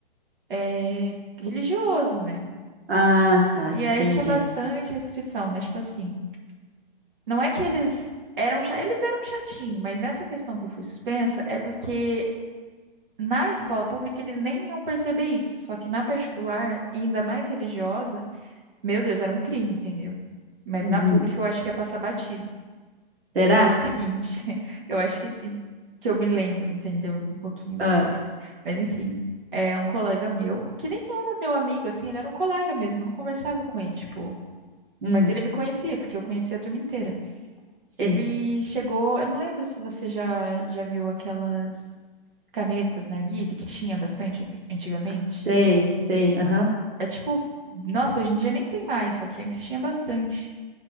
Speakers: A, on the right; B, on the right.
A: eh, religioso, né?
B: Ah, tá,
A: E aí
B: entendi.
A: tinha bastante restrição, mas tipo assim, não é que eles eram cha- eles eram chatinho, mas nessa questão que eu fui suspensa é porque na escola pública eles nem iam perceber isso, só que na particular, e ainda mais religiosa, meu Deus, era um crime, entendeu? Mas
B: Uhum.
A: na pública eu acho que ia passar batido.
B: Será?
A: Foi o seguinte, <laughs> eu acho que sim, que eu me lembro, entendeu? Um pouquinho da
B: Ah,
A: pública. Mas enfim, é um colega meu, que nem era meu amigo, assim, ele era um colega mesmo, eu não conversava com ele, tipo.
B: hum,
A: Mas ele me conhecia, porque eu conhecia a turma inteira.
B: sim.
A: Ele chegou, eu não lembro se você já, já viu aquelas canetas narguilé que tinha bastante anti- antigamente.
B: Sei, sei, aham.
A: É tipo, nossa, hoje em dia nem tem mais, só que antes tinha bastante.